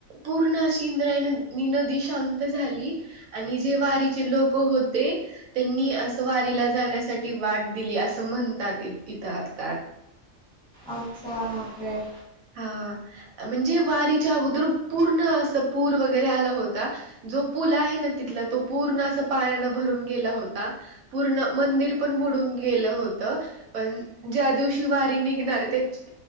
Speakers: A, on the right (about 80°); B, in the centre.
A: पूर्ण अशी इंद्रायणी नदी शांत झाली.... आणि जे वारीचे लोक होते. त्यांनी असं वारीला जाण्यासाठी वाट दिली असं म्हणतात तिथ आता...
B: अच्छा हा काय?
A: हा म्हणजे वारीच्या अगोदर पूर्ण अस पूर वगैरे आला होता... जो पूल आहे ना तिथला तो पूर्ण अस पाण्यानं भरून गेला होता.... पूर्ण मंदिर पण बुडून गेलं होत. पण ज्या दिवशी वारी निघणार त्याच